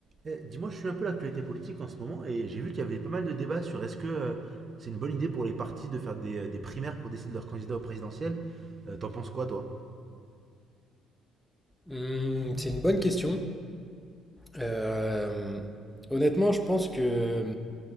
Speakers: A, on the right (about 40°); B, in the centre.
A: Eh, dis-moi, je suis un peu l'actualité politique en ce moment et j'ai vu qu'il y avait pas mal de débats sur est-ce que euh, c'est une bonne idée pour les partis de faire des, euh, des primaires pour décider de leur candidat au présidentiel. Euh, t'en penses quoi, toi
B: Hmm, c'est une bonne question. Euh, honnêtement, je pense que